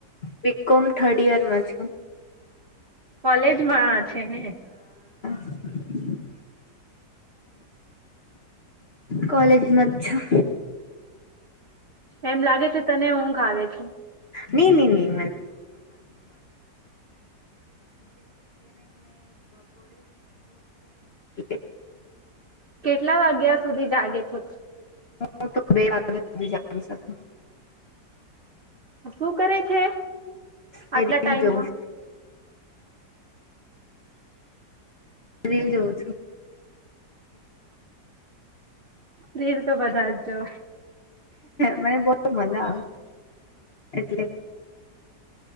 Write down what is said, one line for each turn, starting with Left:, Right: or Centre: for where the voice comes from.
Left: બીકોમ થર્ડ યરમાં. છું
Right: કોલેજમાં છે ને
Left: <inaudible> કોલેજમાં છું.
Right: એમ લાગે છે તને ઊંઘ આવે છે.
Left: ની ની ની <unintelligible>
Right: કેટલા વાગ્યા સુધી જાગે છે.
Left: હું તો બે વાગે સુધી જાગી શકું.
Right: શું કરે છે
Left: રીલ
Right: આટલા ટાઈમમાં
Left: જોઉં રીલ જોવ-
Right: રિલ તો બધા જ જોવે
Left: મને બો મજા આવે એટલે